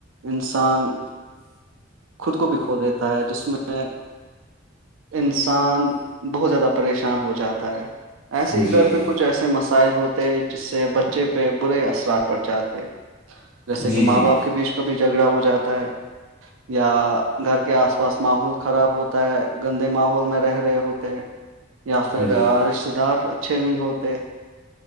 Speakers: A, on the right; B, in the centre.
A: انسان خود کو بکھو دیتا ہے جس میں انسان بہت زیادہ پریشان ہو جاتا ہے ایسے
B: جی
A: ہی گھر
B: جی
A: پہ کچھ ایسے مسئ سائل ہوتے ہیں جس سے بچے پہ برے اثرات پڑ جاتے ہیں جیسے
B: جی
A: کہ ماں
B: جی
A: باپ کے بیچ کابھی جھگڑا ہو جاتا ہے یا گھر کے آس پاس ماحول خراب ہوتا ہے گندے ماحول میں رہ رہے ہوتے یا پھر
B: جی
A: رشتے دار اچھے نہیں ہوتے